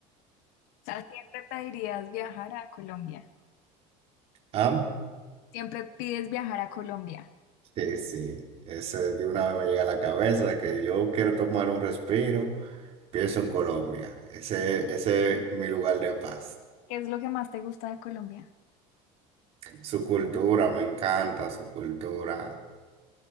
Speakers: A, on the left (about 65°); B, on the right (about 40°).
A: sea, siempre pedirías viajar a Colombia.
B: ¿Ah?
A: Siempre pides viajar a Colombia.
B: Sí, sí, ese de una vez me llega a la cabeza de que yo quiero tomar un respiro. Pienso en Colombia, ese, ese es mi lugar de paz.
A: ¿Qué es lo que más te gusta de Colombia?
B: Su cultura, me encanta su cultura.